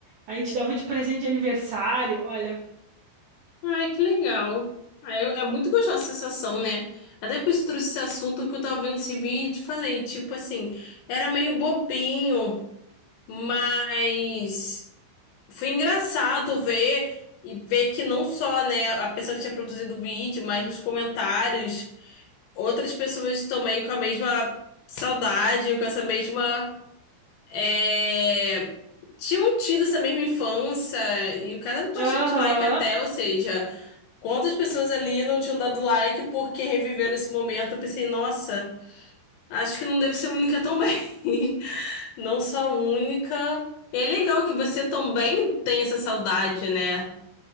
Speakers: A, on the right; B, on the left.
A: A gente dava de presente de aniversário, olha.
B: Ai, que legal. Ah, eu- é muito gostosa essa sensação, né? Até por isso eu trouxe esse assunto que eu tava vendo esse vídeo e falei, tipo assim, era meio bobinho, mas Foi engraçado ver e ver que não só, né, a pessoa que tinha produzido o vídeo, mas nos comentários, outras pessoas também com a mesma saudade, com essa mesma. é, tinham tido essa mesma infância, e o cara deu bastante
A: Aham.
B: like até, ou seja, quantas pessoas ali não tinham dado like porque reviveram esse momento? Eu pensei, nossa, acho que não devo ser única também. <laughs> Não só única. E é legal que você também tem essa saudade, né?